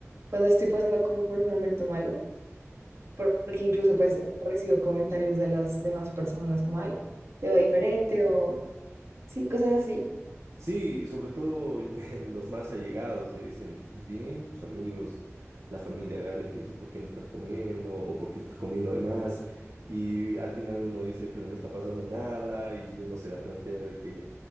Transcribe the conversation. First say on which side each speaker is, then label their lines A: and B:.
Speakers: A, on the right (about 60°); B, on the right (about 80°).
A: cuando estoy pasando como por un momento malo porque incluso pues recibo comentarios de las demás personas como, ay, te va diferente o sí, cosas así.
B: Sí, y sobre todo <laughs> los más allegados te dicen, ¿estás bien? Tus amigos, la familia agarra y te dice, ¿por qué no estás comiendo? ¿O por qué estás comiendo de más? Y al final uno dice, pero no está pasando nada y uno se la plantea de que